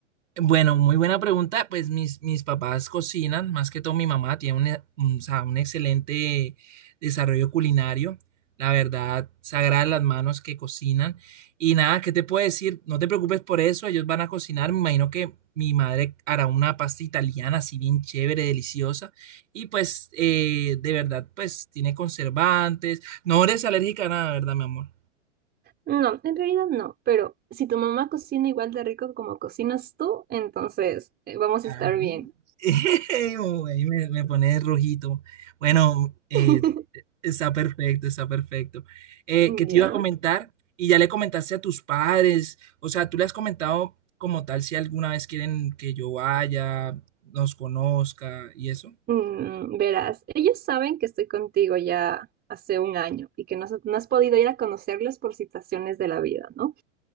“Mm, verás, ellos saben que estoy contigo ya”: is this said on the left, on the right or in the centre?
Right